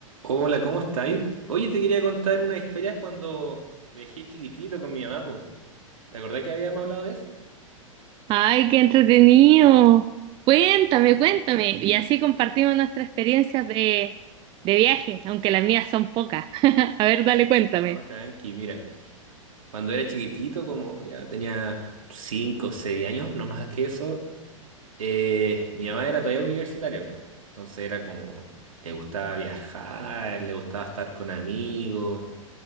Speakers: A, on the right; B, on the right.
A: Hola, ¿cómo estáis? Oye, te quería contar una historia cuando viajé chiquitito con mi mamá, po. ¿Te acordás que habíamos hablado de eso?
B: Ay, qué entretenido. Cuéntame, cuéntame. Y así compartimos nuestras experiencias de, de viaje, aunque las mías son pocas. <laughs> A ver, dale, cuéntame.
A: No, tranqui, mira. Cuando era chiquitito, como ya tenía 5 o 6 años, no más que eso, eh, mi mamá era todavía universitaria. po. Entonces era como, le gustaba viajar, le gustaba estar con amigos